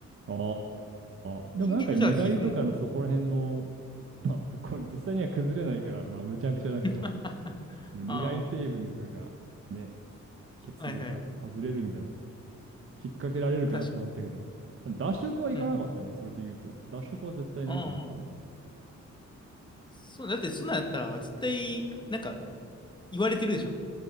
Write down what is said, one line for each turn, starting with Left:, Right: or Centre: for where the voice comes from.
Right: ああ、でもなんかにがりとかのそこら辺の、
Left: 人間のじゃあ皮膚も
Right: <laughs> まあこれ実際には崩れないから、まあむちゃくちゃだけど、
Left: あ
Right: もうにがり成分とかがね、
Left: <laughs> あ
Right: 結合が外れるみたいなのも
Left: ー、はいはい。
Right: 引っ掛けられるかなと思ったけど、
Left: 確かに。
Right: 脱色はいかなかったね、
Left: うんうん。
Right: それで言うと。脱色は絶対ないと思ったんだ。
Left: ああ、そう、だってそんなんやったら、絶対、なんか、言われてるでしょ。